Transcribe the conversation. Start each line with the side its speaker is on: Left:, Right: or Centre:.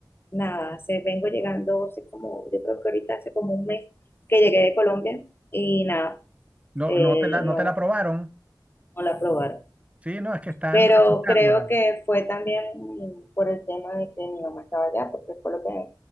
Left: nada, hace, vengo llegando, hace como, yo creo que ahorita hace como un mes que llegué de Colombia y nada,
Right: No,
Left: eh,
Right: no te la, no
Left: no,
Right: te la aprobaron.
Left: no la probaron.
Right: Sí, no, es que están
Left: Pero
Right: rechazándola.
Left: creo que fue también mm, por el tema de que mi mamá estaba allá, porque fue lo que